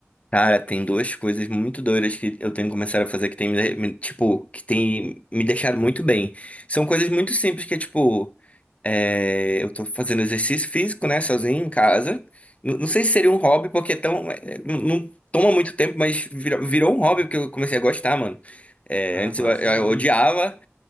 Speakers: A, on the left; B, on the right.
A: Cara, tem duas coisas muito doidas que eu tenho começado a fazer que tem me, me- tipo, que tem me deixado muito bem. São coisas muito simples que é tipo, é, eu tô fazendo exercício físico, né, sozinho em casa. N- Não sei se seria um hobby, porque é tão, é, não não toma muito tempo, mas virou, virou um hobby porque eu comecei a gostar, mano. É,
B: Ah,
A: antes
B: massa
A: eu, eu
B: demais.
A: odiava.